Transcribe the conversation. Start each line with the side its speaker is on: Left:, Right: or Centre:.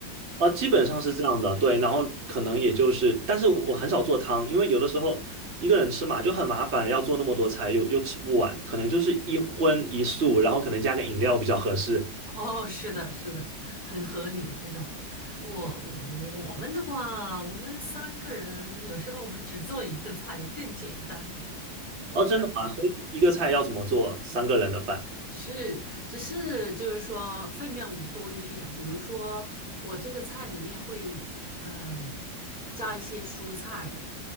Right: 啊，基本上是这样的，对。然后可能也就是，但是我很少做汤，因为有的时候一个人吃嘛就很麻烦，要做那么多菜又又吃不完，可能就是一荤一素，然后可能加个饮料比较合适。
Centre: 哦，是的，是的，很合理这种。我我们的话，我们三个人有时候我们只做一个菜更简单。
Right: 哦，真的吗？所以一个菜要怎么做三个人的饭？
Centre: 只是只是就是说分量多一点，比如说我这个菜里面会嗯、加一些蔬菜，